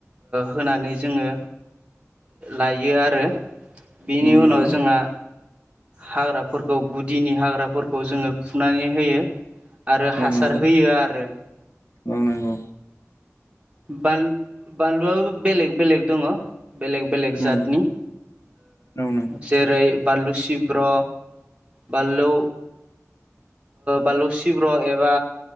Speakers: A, on the right; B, on the left.
A: होनानै जोङो। लायो आरो बिनि
B: औ नंगौ
A: उनाव जोंहा हाग्राफोरखौ गुदिनि हाग्राफोरखौ जोङो फुनानै होयो। आरो
B: औ
A: हासार
B: नंगौ
A: होयो आरो।
B: औ नंगौ
A: बानलुआबो बेलेग बेलेग दङ। बेलेग बेलेग
B: उम
A: जातनि
B: औ नंगौ
A: जेरै बानलु सिब्र' बानलु बालु सिब्रह एबा